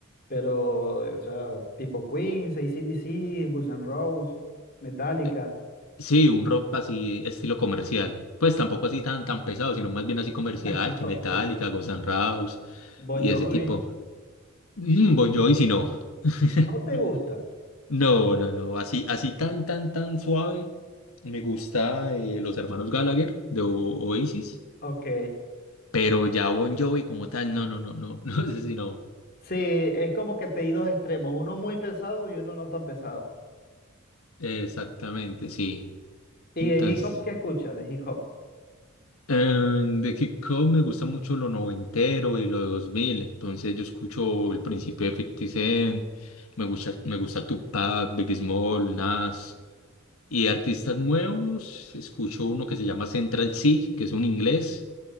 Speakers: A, on the left (about 45°); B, on the left (about 80°).
A: pero, o sea, tipo Queen, AC/DC, Guns N' Roses, Metallica.
B: Eh, sí, un rock así, estilo comercial. Pues tampoco así tan, tan pesado, sino más bien así comercial,
A: <laughs>
B: que
A: Ok.
B: Metallica, Guns N' Roses
A: Bon
B: y
A: Jovi,
B: ese tipo. Mm, Bon Jovi, si no. <laughs>
A: ¿no te gusta?
B: No, no, no. Así, así tan, tan, tan suave. Me gusta eh, los hermanos Gallagher de O- Oasis,
A: Ok.
B: pero ya Bon Jovi como tal, no, no, no, no, <laughs> no sé si no.
A: Sí, es como que te di dos extremos, uno muy pesado y uno no tan pesado.
B: Exactamente, sí.
A: ¿Y
B: Entonces.
A: de hip hop qué escuchas? De hip hop.
B: Em, de hip hop me gusta mucho lo noventero y lo de 2000. entonces yo escucho el principio de 50 Cent, me gusta, me gusta Tupac, Big Small, Nas, y de artistas nuevos escucho uno que se llama Central C, que es un inglés,